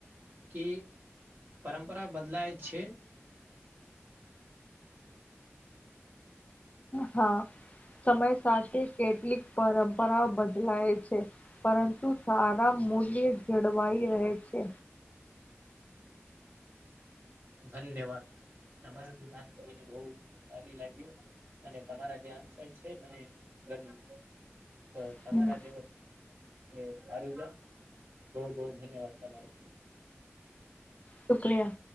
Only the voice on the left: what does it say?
હા સમય સાથે કેટલીક પરંપરાઓ બદલાય છે પરંતુ સારા મૂલ્ય જળવાઈ રહે છે
હમ
શુક્રિયા